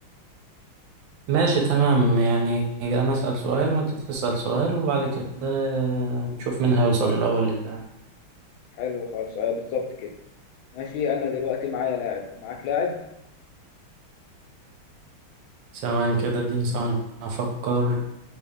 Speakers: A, on the right; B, on the left.
A: ماشي تمام يعني انا اسأل سؤال وانت تسأل سؤال وبعد كده نشوف مين هيوصل
B: آه،
A: الاول للاعب
B: حلو خالص أيوه بالظبط كده ماشي انا دلوقتي معايا لاعب معاك لاعب
A: ثواني كده اديني ثواني افكر